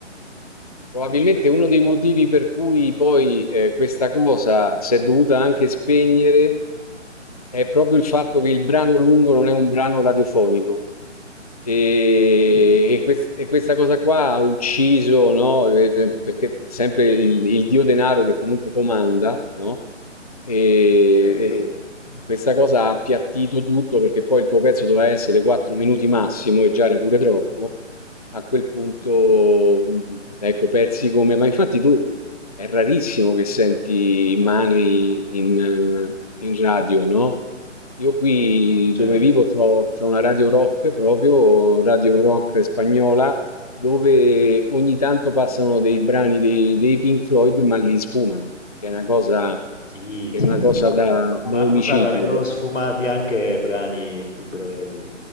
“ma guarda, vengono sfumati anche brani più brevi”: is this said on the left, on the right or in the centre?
Left